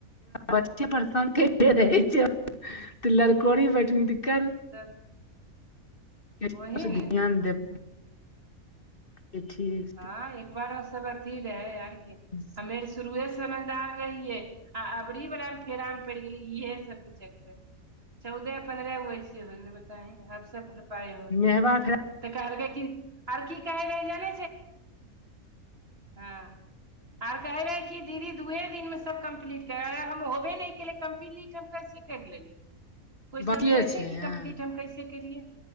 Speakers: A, on the left (about 40°); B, on the right (about 45°).
A: बचे परसेन करते रहै छै त लरकोरी बैठनी तऽ कर
B: तब
A: <unintelligible>
B: वही ने
A: <unintelligible> <unintelligible> ठीक
B: ह एक बारो सब अथी रहै आरके।
A: <inaudible>
B: फेर शुरुए समझदार रहियै आ अबरी बला फेरा प गेल <unintelligible> इएह सब चक चौदह पन्दरहे होय कैसी हो बताए कबतक भरसकभरपाइ
A: नेहबा
B: हो <unintelligible> तऽ कहलकै कि आर की कहै रहै जान ह आर कहे रहेै कि दीदी दुए दिनमे सब कम्प्लीट कर हम होबे नै केलै कम्प्लीट हम कैसे कैर लेती। कोइ
A: बाकिए
B: समझै छै, कि
A: हँ
B: कम्प्लीट हम कैसे केलियै।